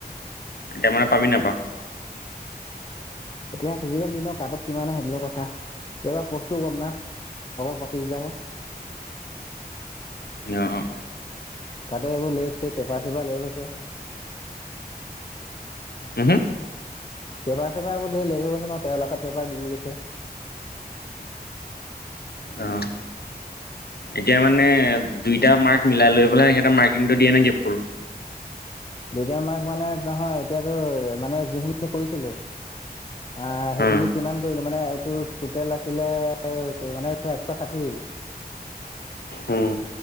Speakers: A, on the left; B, on the left.
A: এতিয়া মানে পাবি নাপা।
B: এতিয়া ফিজিকেল দিনৰ কাতঅফ কিমান আহে সেইটোহে কথা, কাবা পস্তু গম না আগৰ বাচি যাহে।
A: অ।
B: তাতে এইবোৰ লেকছে পেপাৰ চেপাৰ লেক আছে।
A: হু হু
B: পেপাৰ চেপাৰোৰ ধেৰ লেক হৈ গৈছে ন তেৰ লাখত পেপাৰ বিকি গৈছে
A: অঁ এতিয়া মানে দুইটা মাৰ্ক মিলাই লৈ পেলাই সখেতে মাৰ্কিংটো দিয়ে নেকি ফুল
B: দুতা মাক মানে নহয় এতিয়াতো মানে যোনখিনি কৰিছিলো অ সেইখিনি
A: অঁ
B: কিমান কৰিলো মানে টুটেল আছিলে মানে একশ ষাঠি
A: উম